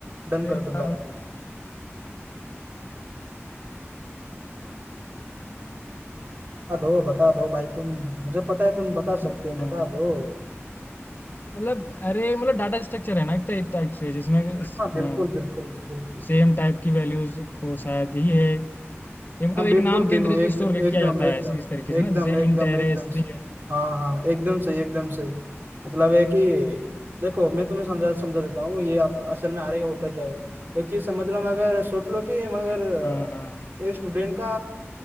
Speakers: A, on the right (about 50°); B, on the left (about 40°).
A: डन
B: अरे
A: कर दूंगा
B: का
A: आपको
B: मतलब
A: बता दो बता दो भाई तुम मुझे पता है तुम बता
B: हाँ,
A: सकते हो बता दो
B: मतलब अरे मतलब डाटा स्ट्रक्चर है ना एक टाइप टाइप से जिसमें
A: हाँ बिल्कुल
B: हाँ,
A: बिल्कुल बिल्कुल
B: सेम टाइप की वैल्यूज को शायद ही है ये मतलब
A: हाँ
B: एक
A: बिल्कुल
B: नाम
A: बिल्कुल
B: के अंदर
A: एक
B: स्टोर
A: एकदम
B: किया जाता
A: एकदम
B: है इस इस तरीके से
A: एकदम
B: ना जैसे
A: एकदम
B: इंट अरे
A: एकदम
B: स्ट्रिंग
A: सही हाँ हाँ एकदम सही एकदम सही
B: हाँ
A: मतलब है कि देखो मैं तुम्हें समझा समझा देता हूँ ये आप असल में आ रही होता क्या है एक चीज समझ लो मगर सोच लो कि मगर अ,
B: हाँ हाँ
A: एक स्टूडेंट का